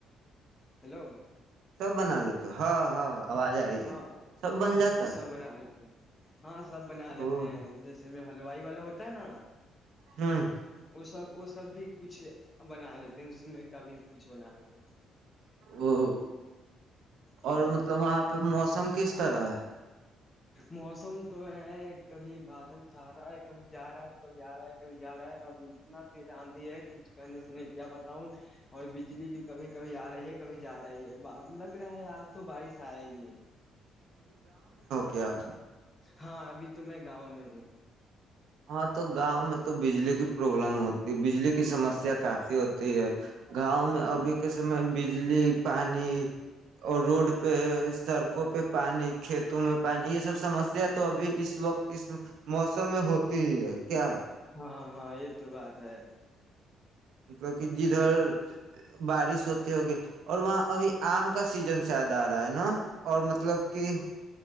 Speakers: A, on the left (about 20°); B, on the right (about 65°).
A: ہیلو
B: سب بنا لو تو ہاں ہاں آواز آ رہی
A: ہاں
B: ہے سب بن جاتا
A: وہ
B: ہے
A: سب بنا لیتے ہیں ہاں سب بنا
B: ا
A: لیتے ہیں جیسے میں ہلوائی والا ہوتا ہے نا
B: ہ
A: وہ سب وہ سب بھی کچھ بنا لیتے ہیں اس میں کبھی کچھ بنا لیتے ہیں
B: او
A: ہاں
B: اور مطلب وہاں پہ موسم کس طرح ہے
A: موسم تو ہے کبھی بادل چھا رہا ہے کبھی جا رہا ہے کبھی آ رہا ہے کبھی جا رہا ہے اب اتنا جانتی ہے کچھ کہنے سے نہیں کیا بتاؤں اور بجلی بھی کبھی کبھی آ رہی ہے کبھی جا رہی ہے لگ رہا ہے آج تو بارش آئے گی ہے
B: کیای
A: ہاں ابھی تو میں گاؤں میں ہوں
B: ہاں تو گاؤں میں تو بجلی کی پروابلم ہوتی بجلی کی
A: ہاں
B: سمسیا کافی ہوتی ت گاؤں میں
A: ہاں
B: ابھی کے سمے بجلی پانی اور روڈ پہ سڑکوں پہ پانی کھیتوں میں پانی یہ سب سمسیا ابھی اس وقت اس موسم میں ہوتا ہی ہے کیا
A: ہاں ہاں یہ تو بات ہے
B: مطلب کہ جدھر
A: ہ
B: بارش ہوتی ہوگی اور وہاں ابھی آم کا سیزن زیادہ آ رہا ہے نا اور مطلب کہ